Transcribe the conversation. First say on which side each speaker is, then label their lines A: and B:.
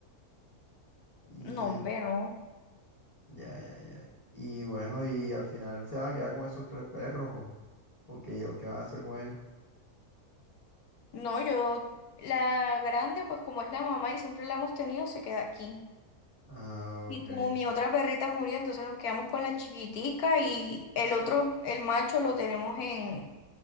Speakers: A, on the left; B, on the left.
A: Y
B: No,
A: en-
B: hombre, no.
A: ya, ya, ya. Y bueno, y al final se van a quedar con esos tres perros o, o qué, o qué van a hacer con ellos.
B: No, yo, la grande, pues como es la mamá y siempre la hemos tenido, se queda aquí.
A: Ah,
B: Y
A: ok.
B: como mi otra perrita murió, entonces nos quedamos con la chiquitica y el otro, el macho, lo tenemos en,